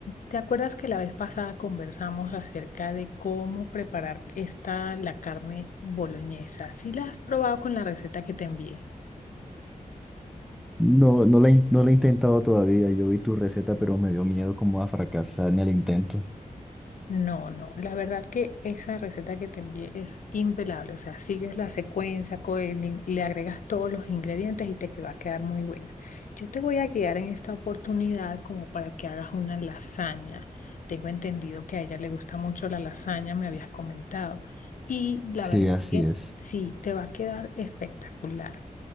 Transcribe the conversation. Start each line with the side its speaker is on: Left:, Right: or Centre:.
Left: ¿te acuerdas que la vez pasada conversamos acerca de cómo preparar esta, la carne boloñesa? ¿Sí la has probado con la receta que te envié?
Centre: No, no la, in- no la he intentado todavía. Yo vi tu receta, pero me dio miedo como a fracasar en el intento.
Left: No, no, la verdad que esa receta que te envié es impelable, o sea, sigues la secuencia, co- y le le agregas todos los ingredientes y te que- va a quedar muy buena. Yo te voy a guiar en esta oportunidad como para que hagas una lasaña. Tengo entendido que a ella le gusta mucho la lasaña, me habías comentado. Y la
Centre: Sí,
Left: verdad
Centre: así
Left: que
Centre: es.
Left: sí, te va a quedar espectacular.